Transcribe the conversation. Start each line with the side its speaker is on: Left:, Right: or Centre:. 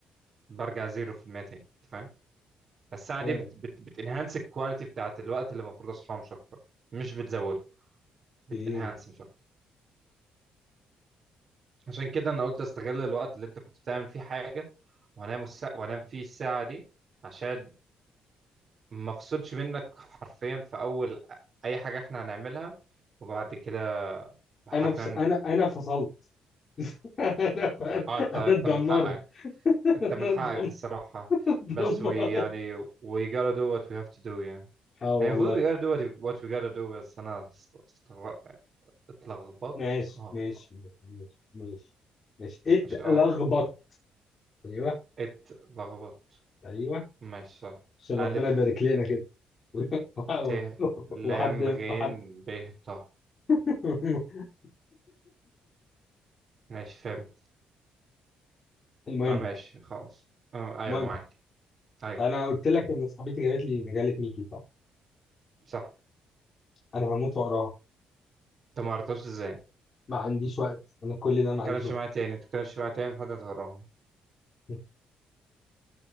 Right: برجع زيرو في المية تاني أنت فاهم؟ فالساعة
Left: ايوه
Right: دي بت بت بتنهانس الكواليتي بتاعت الوقت اللي المفروض أصحاه مش أكتر مش بتزوده بتنهانس
Left: ايه
Right: مش أكتر عشان كده أنا قلت أستغل الوقت اللي أنت كنت بتعمل فيه حاجة وأنام السا... وأنام فيه الساعة دي عشان ما أفصلش منك حرفيا في أول أي حاجة إحنا هنعملها وبعد كده حرفيا
Left: انا فص... انا انا فصلت <laughs> انا
Right: اه انت
Left: انا
Right: انت
Left: اتدمرت
Right: من حقك
Left: <laughs> انا
Right: انت من
Left: اتدمرت
Right: حقك الصراحة
Left: <laughs> دمار
Right: بس we يعني we gotta do what we have to do يعني
Left: اه والله
Right: يعني المفروض we gotta do what what we gotta do بس انا است- استغ... اتلخبطت
Left: ماشي
Right: اه
Left: ماشي ماشي ماشي ماشي اتلخبط
Right: مش
Left: ايوه
Right: اتلخبطت
Left: ايوه
Right: ماشي صح
Left: عشان
Right: ألف
Left: ربنا يبارك لنا كده <laughs>
Right: ت
Left: وحد
Right: لام غين
Left: وحد
Right: ب ط
Left: <laughs>
Right: ماشي فهمت
Left: المهم
Right: فماشي خلاص آه، أيوه
Left: المهم
Right: معاك أيوه
Left: انا قلت لك ان صاحبتي جابت لي مجله ميكي صح
Right: صح
Left: انا هموت واقراها
Right: أنت ما قريتهاش إزاي؟ ما
Left: ما عنديش وقت انا كل ده ما
Right: تتكلمش
Left: عنديش وقت
Right: معايا تاني ما تتكلمش معايا تاني لحد ما تقراهم
Left: <laughs>